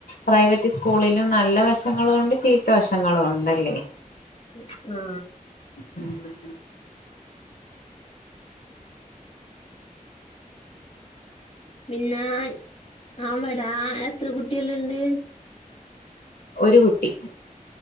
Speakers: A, on the left; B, on the left.
A: പ്രൈവറ്റ് സ്കൂളിലും നല്ല വശങ്ങളുണ്ട് ചീത്ത വശങ്ങളുണ്ടല്ലേ
B: മ്മ് എ
A: ഉമ്മ്മ്മ്മ്
B: മിന്നേം അവടേ എത്ര കുട്ട്യാളിണ്ട്
A: ഒരു കുട്ടി ഗ്ഗ്ഗ്ഗ്ഗ്ഗ്